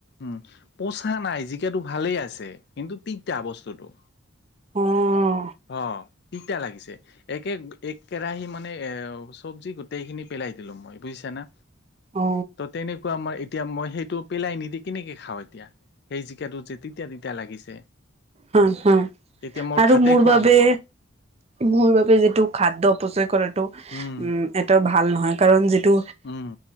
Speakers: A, on the left (about 55°); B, on the right (about 30°).
A: উম পচা নাই জিকাতটো ভালেই আছে কিন্তু তিতা বস্তুটো
B: অঁ
A: অঁ তিতা লাগিছে একে এককেৰাহি মানে এ চব্জি গোটেইখিনি পেলাই পেলাই দিলো মই বুজিছা না
B: অ
A: ত' তেনেকুৱা ম মই এতিয়া মই সেইটো পেলাই নিদি কেনেকে খাওঁ এতিয়া। সেই জিকাটো যে তেতিয়া-তেতিয়া লাগিছে।
B: হম-হম
A: তেতিয়া
B: আৰু
A: ভাতে
B: মোৰ
A: খোৱা
B: বাবে
A: নহল
B: মোৰ বাবে যিটো খাদ্য অপচয় কৰাটো
A: উম
B: এটা ভাল নহয় কাৰণ যিটো
A: উম